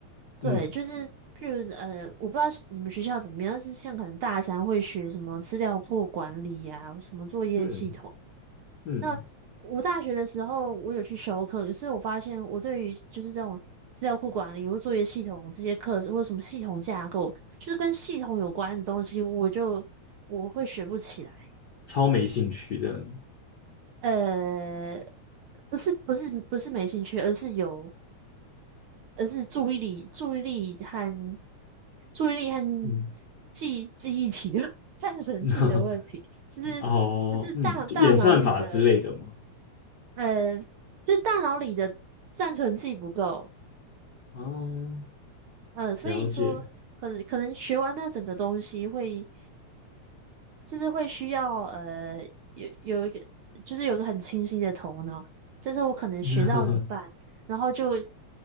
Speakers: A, on the right; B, on the left.
A: 对，
B: 嗯
A: 就是譬如呃，我不知道是你们学校怎么样，但是像可能大三会学什么资料库管理呀、什么作业系统。
B: 嗯嗯
A: 那我大学的时候，我有去修课，可是我发现我对于就是这种资料库管理或作业系统这些课，或者什么系统架构，就是跟系统有关的东西，我就我会学不起来。
B: 超没兴趣这样子？
A: 呃，不是不是不是没兴趣，而是有，而是注意力注意力和注意力和
B: 嗯
A: 记记忆体的 <laughs> 战神系的问题，
B: <laughs>，
A: 就是就是大大脑里的。
B: 哦嗯就演算法之类的吗？
A: 呃，就大脑里的暂存器不够，
B: 哦，
A: 呃，所以说可能可能学完那整个东西会，
B: 了解。
A: 就是会需要呃有有一个就是有一个很清晰的头脑，但是我可能学到一半，
B: <laughs>
A: 然后就